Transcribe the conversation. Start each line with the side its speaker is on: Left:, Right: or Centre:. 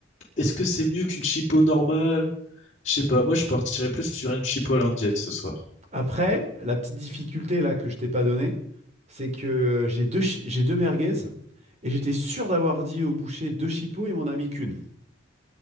Left: est-ce que c'est mieux qu'une chipo normale? Je sais pas, moi je partirais plus sur une chipo à l'indienne ce soir.
Right: Après, la petite difficulté là que je t'ai pas donnée, c'est que j'ai deux chi- j'ai deux merguez et j'étais sûr d'avoir dit au boucher deux chipots et mon ami qu'une.